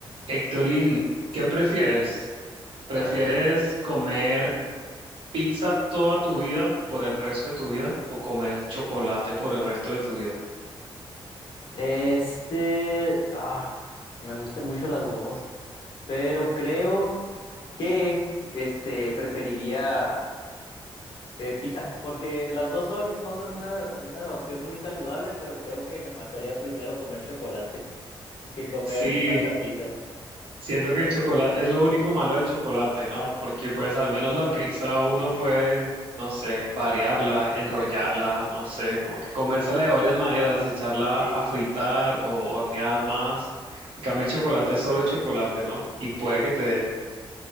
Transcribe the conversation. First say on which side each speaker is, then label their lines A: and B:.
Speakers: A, on the right; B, on the left.
A: Héctorín, ¿qué prefieres? ¿Prefieres
B: A ver.
A: comer pizza toda tu vida por el resto de tu vida o comer chocolate por el resto de tu vida?
B: Este, ah, me gustan mucho las dos, pero creo que este preferiría eh, pizza, porque las dos son, no son una, una opción muy saludable, pero creo que me mataría primero comer chocolate que comer
A: Sí,
B: tanta pizza.
A: siento que el chocolate es lo único malo del chocolate,
B: Ajá,
A: ¿no? Porque pues al menos la pizza uno puede, no sé, variarla, enrollarla, no sé, como que comérsela de varias maneras, echarla
B: sí,
A: a fritar o hornear más. En cambio el chocolate es solo chocolate, ¿no? Y puede que te dé